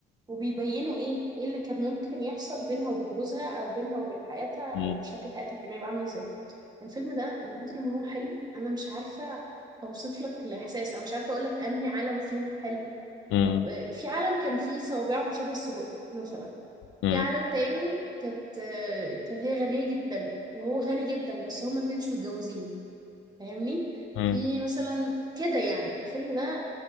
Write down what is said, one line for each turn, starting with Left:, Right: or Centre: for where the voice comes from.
Right: وبيبينوا ايه ايه اللي كان ممكن يحصل بينها وبين جوزها او بينها وبين حياتها او
Left: مم.
Right: شكل حياتها كان هيبقى عامل ازاي الفيلم ده من كتر ما هو حلو انا مش عارفة اوصف لك الاحساس او مش عارفة اقول لك انهي عالم فيهم حلو
Left: مم.
Right: طب آه، في عالم كان فيه صوابعهم شبه السجق مثلا
Left: مم.
Right: في عالم تاني كانت كانت هي غنية جدا وهو غني جدا بس هما الاتنين مش متجوزين فاهمني
Left: مم.
Right: في مثلا كده يعني الفيلم ده